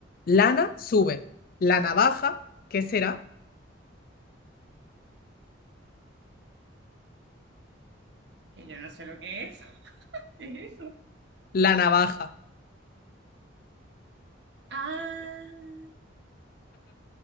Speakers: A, on the left; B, on the right.
A: Lana sube, la navaja. ¿Qué será?
B: que yo no sé lo que es. <laughs> ¿Qué es eso?
A: La navaja.
B: Ah,